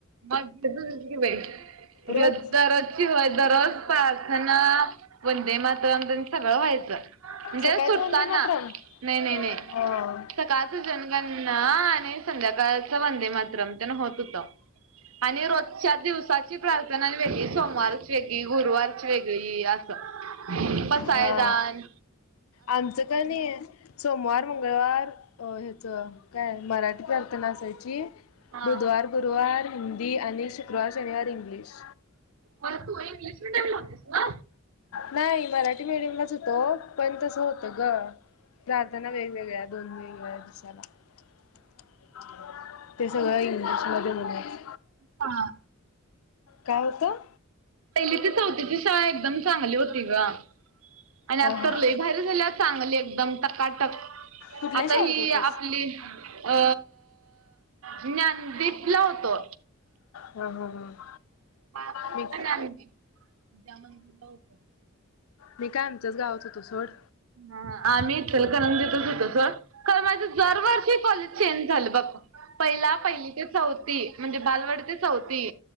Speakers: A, on the right (about 75°); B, on the left (about 80°).
A: हॉस्पिटलची <unintelligible> की
B: रोज
A: दररोजची होय दररोज प्रार्थना. वंदे मातरम तेन सगळं व्हायचं म्हणजे
B: सकाळचं
A: सुटताना.
B: वंदे मातरम
A: नाही नाही नाही.
B: हा
A: स काळचं जनगणना आणि संध्याकाळचं वंदे मातरम त्यांन होत होतं. आणि रोजच्या दिवसाची प्रार्थना वेगळी, सोमवारची वेगळी, गुरुवारची वेगळी असं. पासायदान
B: हा आमचं का नी सोमवार, मंगळवार अ हेचं काय मराठी प्रार्थना असायची.
A: हा.
B: बुधवार, गुरुवार हिंदी आणि शुक्रवार, शनिवार इंग्लिश.
A: बर तू इंग्लिश मीडियमला होतीस ना?
B: नाही मराठी मीडियमलाच होतो. पण तसं होत गं, प्रार्थना वेगवेगळ्या दोन वेगवेगळ्या दिवसाला. <inaudible> ते सगळ इंग्लिशमध्ये म्हणायचं.
A: हा
B: काय होतं?
A: पहिली ते चौथीची शाळा एकदम चांगली होती गं. आणि
B: हा
A: आता तर
B: हा
A: लई बाहेर झाल्या चांगली एकदम टकाटक,
B: कुठल्या
A: आता
B: शाळेत
A: ही
B: होती
A: आपली अ ज्ञानदीपला होतो.
B: हा हा हा.
A: बाळकृष्ण
B: मी
A: ज्ञानदीप विद्या मंदिरला होतो.
B: मी काय आमच्याचं गावत होतो सोड.
A: हा हा आम्ही इचलकरंजीतचं होतो सोड खर मग दरवर्षी कॉलेज चेंज झालं बघ. पहिला पहिली ते चौथी म्हणजे बालवडी ते चौथी.